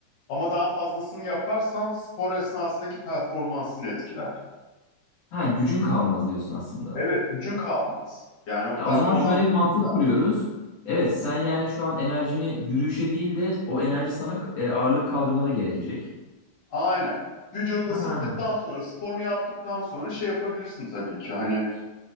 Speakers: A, on the left; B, on the left.
A: Ama daha fazlasını yaparsan spor esnasındaki performansını etkiler.
B: Ha gücün kalmaz diyorsun aslında.
A: Evet, gücün kalmaz. Yani o
B: Ya
A: performansın
B: o zaman şöyle bir mantık
A: biter.
B: kuruyoruz. Evet, sen yani şu an enerjini yürüyüşe değil de o enerji sana e, ağırlık kaldırmada gerekecek.
A: Aynen. Vücudu
B: Ha.
A: ısıttıktan sonra, sporunu yaptıktan sonra şey yapabilirsin tabii ki. Hani